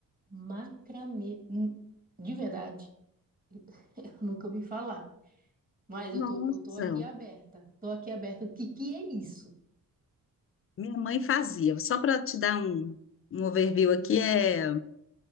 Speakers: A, on the right (about 25°); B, on the left (about 40°).
A: Macramê. Hum, De verdade, <laughs> eu nunca ouvi falar. Mas
B: Nossa,
A: eu tô, eu tô aqui aberta. Tô aqui aberta. O que que é isso?
B: minha mãe fazia. Só para te dar um, um overview aqui, é